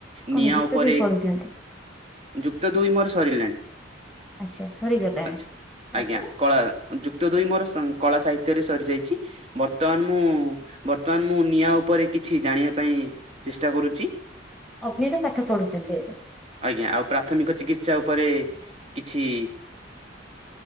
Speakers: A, in the centre; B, on the right.
A: କଣ
B: ନିଆଁ
A: ଯୁକ୍ତ
B: ଉପରେ
A: ଦୁଇ ପଢୁଛନ୍ତି?
B: ଯୁକ୍ତ ଦୁଇ ମୋର ସରିଲାଣି
A: ଆଛା ସରିଗଲାଣି
B: ଆଛା
A: ତାପରେ
B: ଆଜ୍ଞା କଳା। ଯୁକ୍ତ ଦୁଇ ମୋର କଳା ସାହିତ୍ୟରେ ସରିଯାଇଚି। ବର୍ତ୍ତମାନ ମୁଁ ବର୍ତ୍ତମାନ ମୁଁ ନିଆଁ ଉପରେ କିଛି ଜାଣିବା ପାଇଁ ଚେଷ୍ଟା କରୁଚି।
A: ଅଗ୍ନିର ପାଠ ପଢୁଚନ୍ତି ଏବେ।
B: ଆଜ୍ଞା ଆଉ ପ୍ରାଥମିକ ଚିକିତ୍ସା ଉପରେ କିଛି